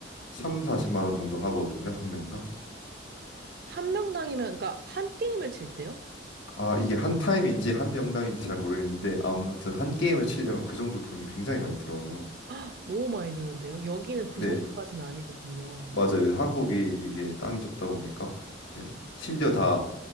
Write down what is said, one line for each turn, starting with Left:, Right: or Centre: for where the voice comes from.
Left: 3, 40만 원 정도 하거든요. 한 명당.
Right: 한 명당이면, 그러니까 한 게임을 칠 때요?
Left: 아, 이게 한 타임인지 한 명당인지 잘 모르겠는데 아무튼 한 게임을 치려면 그 정도 돈이 굉장히 많이 들어요.
Right: 아, 너무 많이 드는데요? 여기는 그
Left: 네,
Right: 정도까지는 아니거든요.
Left: 맞아요. 한국이 이게 땅이 좁다 보니까 이제 심지어 다